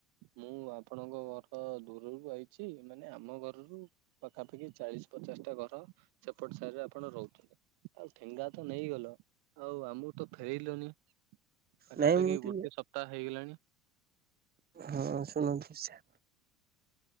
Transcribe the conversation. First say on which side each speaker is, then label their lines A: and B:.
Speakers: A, on the right; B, on the right.
A: ମୁଁ ଆପ ଆପଣଙ୍କ ଘର ଦୂରରୁ ଆଇଚି ମାନେ ଆମ ଘରରୁ ପାଖାପାଖି ଚାଳିଶ ପଚାଶ ଟା ଘର ସେପଟ ସାଇରେ ଆପଣ ରହୁଥିଲେ ଆଉ ଠେଙ୍ଗା ତ ନେଇଗଲ ଆଉ ଆମକୁ ତ ଫେରେଇଲନି ପାଖାପାଖି
B: ନାଇଁ ମୁଁ ଟିକେ
A: ଗୋଟେ ସପ୍ତାହ ହେଇଗଲାଣି
B: ହଁ ଶୁଣନ୍ତୁ ସେ